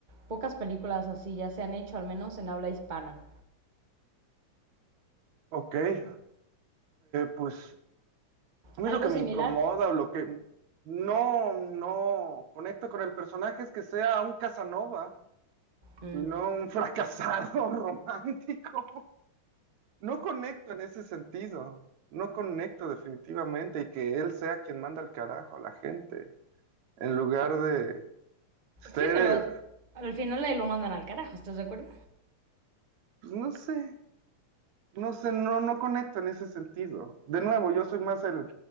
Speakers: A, on the right; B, on the right.
A: pocas películas así ya se han hecho, al menos en habla hispana.
B: Ok, eh, pues a mí
A: ¿Algo
B: lo que me
A: similar?
B: incomoda o lo que no, no conecto con el personaje es que sea un Casanova
A: Mm.
B: y no un fracasado <laughs> romántico. No conecto en ese sentido, no conecto definitivamente y que él sea quien manda el carajo a la gente, en lugar de ser,
A: Sí, pero
B: eh,
A: al final ahí lo mandan al carajo, ¿estás de acuerdo?
B: pues no sé, no sé, no, no conecto en ese sentido. De nuevo, yo soy más el